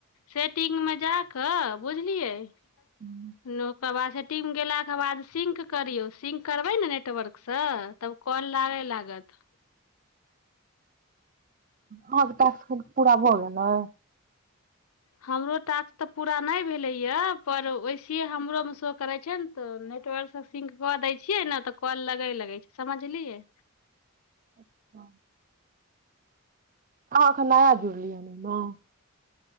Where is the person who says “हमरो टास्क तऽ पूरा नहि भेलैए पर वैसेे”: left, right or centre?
Left